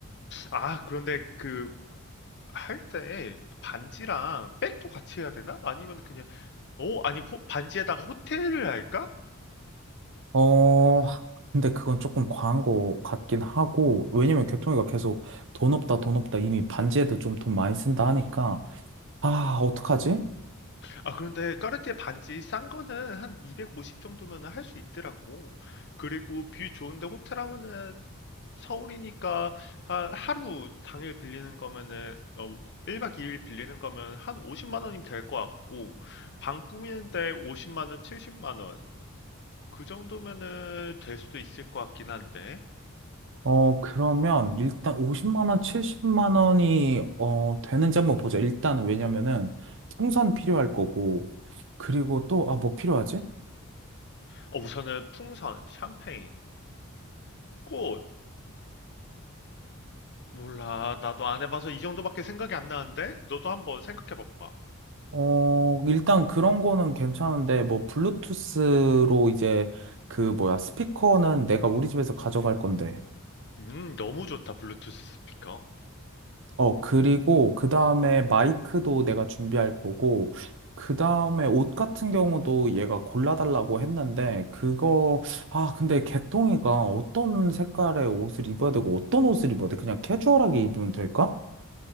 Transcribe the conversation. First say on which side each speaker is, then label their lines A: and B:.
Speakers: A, on the left; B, on the right.
A: 아 그런데 그 할 때 반지랑 백도 같이 해야 되나? 아니면 그냥 어 아니면 호- 반지에다가 호텔을 할까?
B: 어, 근데 그건 조금 과한 거 같긴 하고, 왜냐면 개통이가 계속 돈 없다, 돈 없다, 이미 반지에도 좀 돈 많이 쓴다 하니까, 아, 어떡하지?
A: 아 그런데 까르띠에 반지 싼 거는 한 250 정도면 할 수 있더라고. 그리고 뷰 좋은데 호텔 하면은 서울이니까 한 하루 당일 빌리는 거면은 어 1박 2일 빌리는 거면 한 50만 원이면 될 것 같고 방 꾸미는데 50만 원, 70만 원. 그 정도면은 될 수도 있을 것 같긴 한데.
B: 어, 그러면 일단 50만 원, 70만 원이, 어, 되는지 한번 보자. 일단은 왜냐면은 통선 필요할 거고, 그리고 또, 아, 뭐 필요하지?
A: 어 우선은 풍선, 샴페인, 꽃 몰라. 나도 안 해봐서 이 정도밖에 생각이 안 나는데? 너도 한번 생각해 봐봐.
B: 어, 일단 그런 거는 괜찮은데, 뭐, 블루투스로 이제, 그, 뭐야, 스피커는 내가 우리 집에서 가져갈 건데.
A: 음, 너무 좋다, 블루투스 스피커.
B: 어, 그리고, 그 다음에 마이크도 내가 준비할 거고, 그 다음에 옷 같은 경우도 얘가 골라달라고 했는데, 그거, 아, 근데 개똥이가 어떤 색깔의 옷을 입어야 되고, 어떤 옷을 입어야 돼? 그냥 캐주얼하게 입으면 될까?